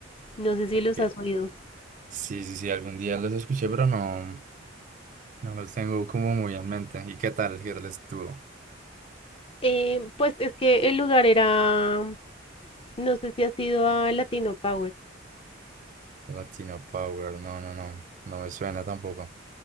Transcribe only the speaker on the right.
Ok.
Sí, sí, sí, algún día los escuché, pero no, no los tengo como muy en mente. ¿Y qué tal? ¿Qué tal estuvo?
Latina Power, no, no, no, no me suena tampoco.